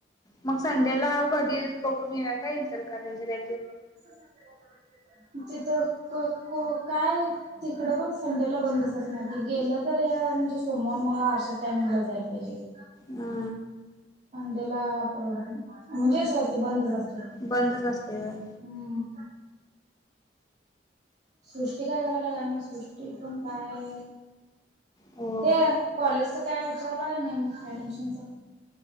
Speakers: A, on the left; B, on the right.
A: मग संडेला कधीच बघून येऊया काय इचलकरंजी ला
B: <unintelligible> तिथं कह कोण काय तिकडं पण संडेला बंदच असणार की गेलं तर काय म्हणजे सोमवार मंगळवार आशा ताईंना जायला पाहिजे.
A: ह्आ.
B: ल्याला परवडतो नाही म्हणजे सोड बंदच असतंय
A: बंदच असतंय होय.
B: हम्म. सृष्टी काय करालीया काय माहित सृष्टी पण काय?
A: हो
B: हे कॉलेजच काय विचारलं का नाही मग ऍडमिशनच